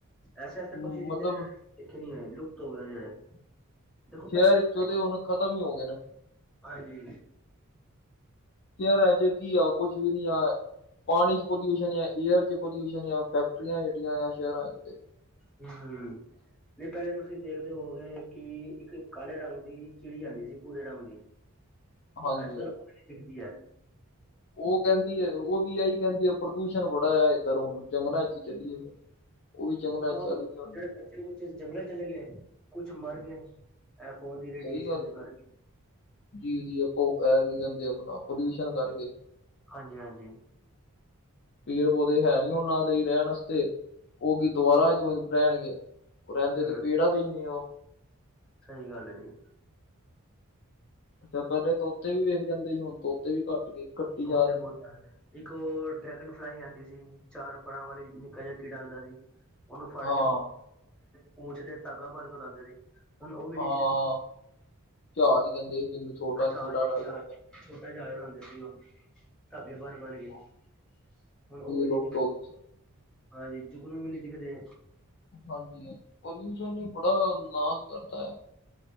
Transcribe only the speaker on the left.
ਮ-
ਮਤਲਬ
ਸ਼ਹਿਰ
ਵਿੱਚੋਂ ਤੇ ਹੁਣ ਖਤਮ ਹੀ ਹੋ ਗਏ ਨੇ।
ਯਾਰ ਅੱਜ ਕੀ ਆ ਕੁਛ ਵੀ ਨੀ ਆ। ਪਾਣੀ 'ਚ ਪੋਲਿਊਸ਼ਨ ਆ ਏਅਰ 'ਚ ਪੋਲਿਊਸ਼ਨ ਆ ਫੈਕਟਰੀਆਂ ਜਿਹੜੀਆਂ ਆ ਸ਼ਹਿਰਾਂ ਚ ਤੇ
<inaudible> ਹਾਂਜੀ-ਹਾਂਜੀ।
ਉਹ ਕਹਿੰਦੀ ਹੈ ਉਹ ਵੀ ਇਹੀ ਕਹਿੰਦੀ ਹੈ ਪ੍ਰਦੂਸ਼ਣ ਬੜਾ ਆ ਇੱਧਰ ਹੁਣ ਜੰਗਲਾਂ ਚਲੀਏ ਫਿਰ, ਉਹ ਵੀ ਜੰਗਲਾਂ
ਚ ਚੱਲ ਗਈ ਹੋਣੀਆਂ
ਸਹੀ ਗੱਲ।
ਜੀ-ਜੀ ਆਪਾਂ ਇਹ ਕੀ ਕਹਿੰਦੇ ਆਪਣਾ ਪੋਲਿਊਸ਼ਨ ਕਰਕੇ
ਪੇੜ ਪੌਦੇ ਹੈ ਨੀ ਉਹਨਾਂ ਦੇ ਰਹਿਣ ਵਾਸਤੇ ਉਹ ਕੀ ਦੁਬਾਰਾ ਚ ਰਹਿਣਗੇ ਰਹਿੰਦੇ
ਤੇ ਪੇਹੜਾ ਤੇ ਹੀ ਨੇ ਉਹ
ਅੱਛਾ ਪਹਿਲੇ ਤੋਤੇ ਵੀ ਵੇਖ ਜਾਂਦੇ ਸੀ ਹੁਣ ਤੋਤੇ ਵੀ ਘੱਟ ਨੇ ਘੱਟੀ
ਜਾ ਰਹੇ ਨੇ
ਹਾਂ,
ਹਾਂ
ਜਹਾਜ਼ ਕਹਿੰਦੇ ਸੀ ਉਹਨੂੰ ਛੋਟਾ
ਕੀੜਾ ਟਾਈਪ
ਹੁੰਦਾ
ਹਾਂ,
ਲੁਪਤ ਹੋ ਗਈ।
ਹਾਂਜੀ -ਹਾਂਜੀ ਪੋਲਿਊਸ਼ਨ ਨੇ ਬੜਾ ਨਾਸ਼ ਕਰਤਾ ਹੈ